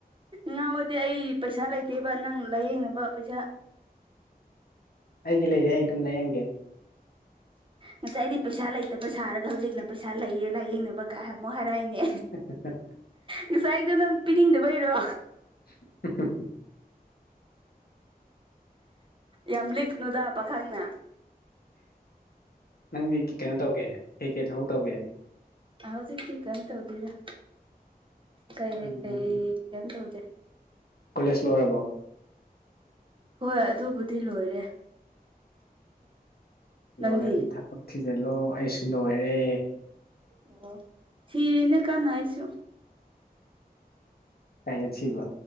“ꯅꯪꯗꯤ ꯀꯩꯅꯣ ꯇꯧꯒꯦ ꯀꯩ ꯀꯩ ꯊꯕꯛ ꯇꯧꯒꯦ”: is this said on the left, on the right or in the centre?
Left